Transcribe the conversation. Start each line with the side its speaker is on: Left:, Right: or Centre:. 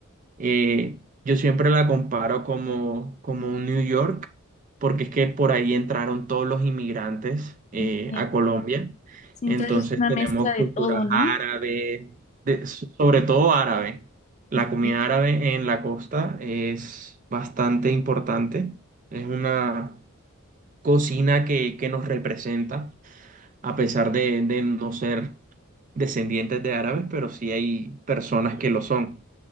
Right: Eh, yo siempre la comparo como, como un New York, porque es que por ahí entraron todos los inmigrantes eh,
Left: ok.
Right: a Colombia.
Left: Sí, entonces
Right: Entonces
Left: es una
Right: tenemos
Left: mezcla
Right: culturas
Left: de todo, ¿no?
Right: árabes, de- so, sobre todo árabe. La
Left: Ok.
Right: comida árabe en la costa es bastante importante. Es una cocina que, que nos representa, a pesar de, de no ser descendientes de árabes, pero sí hay personas que lo son.